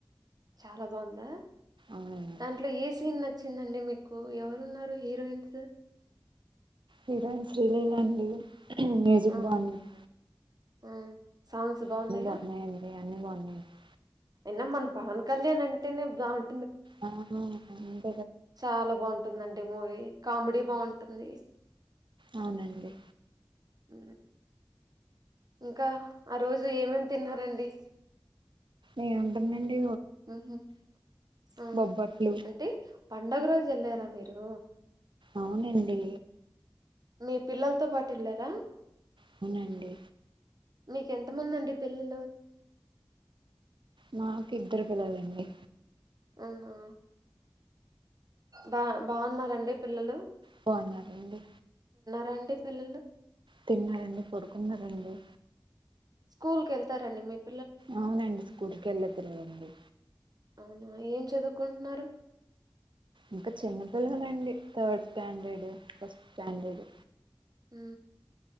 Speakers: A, on the right; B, on the right.
A: చాలా బాగుందా
B: అవునండి
A: దాంట్లో ఏ సీన్ నచ్చింది అండి అండి మీకు ఎవరున్నారు హీరోయిన్స్
B: విరాం శ్రీలీలా అండి ఉమ్ మ్యూజిక్
A: ఆ
B: బాగుంది
A: ఆ సాంగ్స్ బాగున్నాయా
B: అన్నీ బాగున్నాయండి అన్ని బాగున్నాయండి
A: అయినా మన పవన్ కళ్యాణ్ అంటేనే బాగుం
B: ఆ హ ఆ హ
A: చాలా బాగుంటుందండి మూవీ కామెడీ బాగుంటుంది
B: అవునండి
A: అ ఇంకా ఆ రోజు ఏమం తిన్నారండి
B: ఏ ఉంటుందండి
A: ఉహు ఆ
B: బొబ్బట్లు
A: అంటే పండుగ రోజు వెళ్లారా మీరు
B: అవునండి
A: మీ పిల్లలతో పాటు వెళ్ళరా
B: అవునండి
A: మీకెంత మంది అండి పిల్లలు
B: మాకు ఇద్దరు పిల్లాలండి
A: హలో బా బాగున్నారండి పిల్లలు
B: బాగున్నారండి
A: రండి పిల్లలు
B: తిన్నారండి పడుకున్నారండి
A: స్కూల్ కి వెళ్తారండి మీకు
B: అవునండి స్కూల్కి వెళ్ళాతురుదండి
A: అవునా ఏం చదువుకుంటున్నారు
B: ఇంకా చిన్నపిల్లలండి థర్డ్ స్టాండర్డ్ ఫస్ట్ స్టాండడ్
A: హు